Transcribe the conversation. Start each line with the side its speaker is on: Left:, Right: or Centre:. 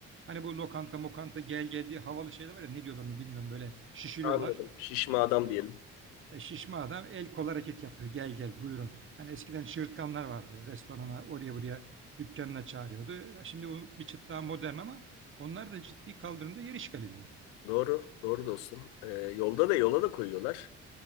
Right: hani bu lokanta mokanta gel gel diye havalı şeyler var ya ne diyorlar onu bilmiyorum böyle şişiriyorlar.
Left: anladım. Şişme
Right: Ee,
Left: adam
Right: o-
Left: diyelim.
Right: e, şişme adam el kol hareket yapıyor gel gel buyurun. Hani eskiden çığırtkanlar vardı restorana oraya buraya dükkanına çağırıyordu. Ya Şimdi bu bir çıt daha modern ama onlar da ciddi kaldırımda yer işgal ediyor.
Left: Doğru, doğru dostum. Ee, yolda da yola da koyuyorlar.